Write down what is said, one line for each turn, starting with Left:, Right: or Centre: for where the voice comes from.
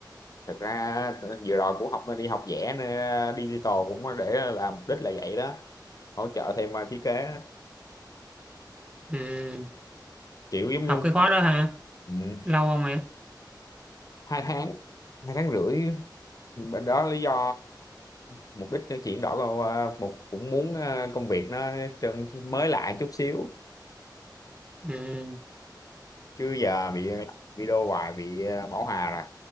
Left: thật ra ờ, vừa rồi cũng học đi học vẽ nên ờ, digital cũng để là mục đích là vậy đó hỗ trợ thêm ờ, thiết kế đó.
Right: ừ.
Left: kiểu giống
Right: học
Left: như
Right: cái khóa đó hả
Left: ừ,
Right: lâu không ạ
Left: hai tháng hai tháng rưỡi đó lý do mục đích cái chuyển đổi vào, ờ, một cũng muốn ờ, công việc nó trơn mới lại chút xíu
Right: ừ.
Left: chứ giờ bị làm video hoài bị ờ, bảo hòa rồi